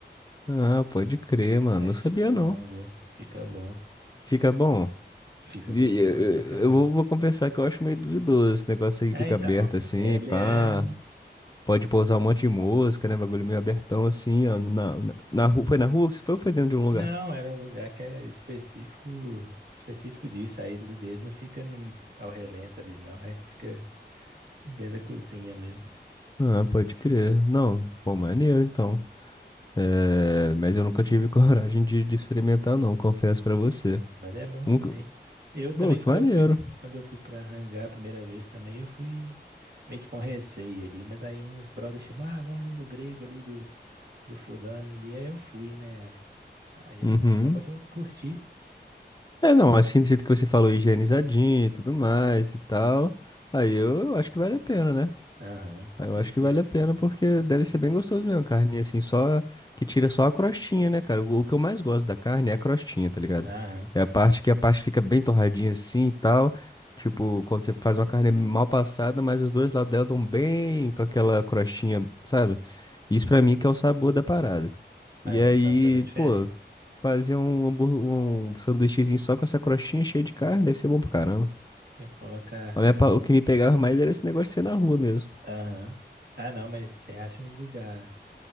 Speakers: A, on the left (about 25°); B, on the right (about 65°).
A: Ah, pode crer, mano,
B: Mas
A: não
B: fica
A: sabia
B: bom,
A: não.
B: viu? Fica bom.
A: Fica bom.
B: Fica
A: E,
B: gostoso
A: e- eu,
B: pra
A: eu
B: caramba.
A: eu vou, vou confessar que eu acho meio duvidoso esse negócio aí
B: É,
A: que fica
B: então,
A: aberto assim,
B: ele
A: pá.
B: é.
A: Pode pousar um monte de mosca, né? Bagulho meio abertão assim, ó. Na, na, na rua, foi na rua que você foi ou foi dentro de um lugar?
B: Não, era um lugar que é específico, específico disso. Aí deles não fica no, ao relento ali, não. É, fica dentro da cozinha mesmo.
A: Ah, pode crer. Não, bom, maneiro então. É, mas eu nunca tive <laughs> coragem de, de experimentar, não, confesso pra você.
B: Mas é bom
A: Um,
B: também. Eu também,
A: pô, que
B: quando
A: maneiro.
B: eu fui, quando eu fui pra Hangar a primeira vez também, eu fui meio que com receio ali, mas aí uns brothers chamavam, ah, vamos ali no grego ali do, do fulano ali. Aí eu fui, né? Aí eu
A: Uhum.
B: acabou que eu curti
A: É, não, assim, do jeito que você falou, higienizadinho e tudo mais e tal. Aí eu, eu acho que vale a pena, né?
B: Aham, com
A: Mas
B: certeza.
A: Eu acho que vale a pena porque deve ser bem gostoso mesmo, carne assim, só que tira só a crostinha, né, cara? O o que eu mais gosto da carne é a crostinha, tá ligado?
B: Aham,
A: É a parte que a parte fica bem torradinha assim e tal. Tipo, quando você faz uma carne mal passada, mas os dois lados dela estão bem com aquela crostinha, sabe? Isso pra mim que é o sabor da parada. E
B: Ah, é,
A: aí,
B: faz toda a diferença.
A: pô, fazer um, hambúrguer, um sanduíchezinho só com essa crostinha cheia de carne deve ser bom pra caramba.
B: Já colocar.
A: A minha pa- o que me pegava mais era esse negócio de ser na rua mesmo.
B: Aham. Ah, não, mas você acha um lugar